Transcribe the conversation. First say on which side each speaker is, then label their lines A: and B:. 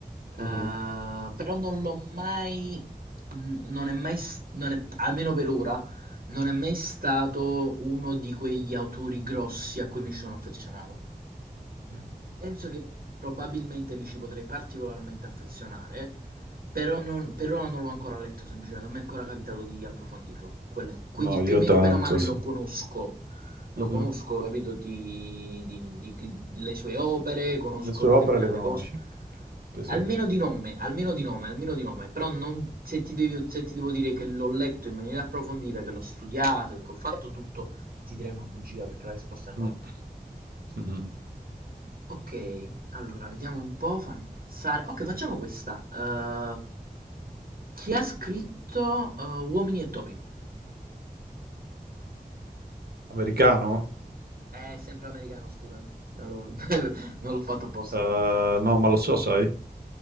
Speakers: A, on the right; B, on the right.
A: Eh,
B: Mhm,
A: però non l'ho mai, non è mai, s- non è- almeno per ora, non è mai stato uno di quegli autori grossi a cui mi ci sono affezionato.
B: sì.
A: Penso che probabilmente mi ci potrei particolarmente affezionare, però non, per ora non l'ho ancora letto, semplicemente non mi è ancora capitato di approfondirlo. Quello è. Quindi
B: No, io
A: più o meno
B: tanto,
A: bene o male
B: sì.
A: lo conosco, lo
B: Mhm.
A: conosco, capito, di, di- di- di- le sue opere, conosco
B: Le sue
A: determinate
B: opere le conosci?
A: cose.
B: Sì, sì.
A: Almeno di nome, almeno di nome, almeno di nome, però non- se ti devi- se ti devo dire che l'ho letto in maniera approfondita, che l'ho studiato, che ho fatto tutto, ti direi una bugia perché la risposta è no.
B: Mm, mhm.
A: Ok, allora vediamo un po', fammi pensare. Ok, facciamo questa. eh, chi ha scritto eh, Uomini e topi?
B: Americano?
A: È sempre americano, scusami. Non l'ho <laughs> non l'ho fatto apposta.
B: Eh, no, ma lo so, sai?